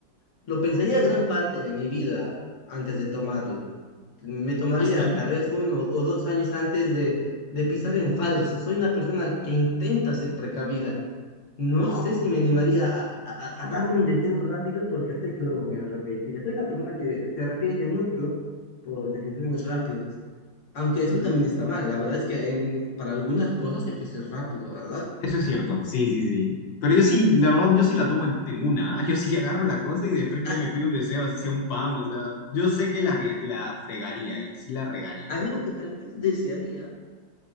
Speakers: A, on the left; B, on the left.
A: lo pensaría gran parte de mi vida antes de tomarlo. Me tomaría
B: ¿Ah, sí?
A: tal vez uno o dos años antes de, de pisar en falso. Soy una persona que intenta ser precavida. No
B: Wow.
A: sé si me animaría a, a- a dar un deseo rápido porque sé que luego me arrepentiré. Soy una persona que se arrepiente mucho por decisiones rápidas. Aunque eso
B: Mm,
A: también está mal. La verdad es que en- en- para algunas cosas hay que ser rápido, ¿verdad?
B: Eso es cierto, sí, sí, sí. Pero yo sí, la verdad, yo sí la tomo en, en una, ¿ah? Yo sí <laughs> agarro la cosa y de frente
A: A-
B: me pido un deseo, así sea un pan, o sea, yo sé que la, rie- la fregaría y sí la regaría.
A: algo que tal vez desearía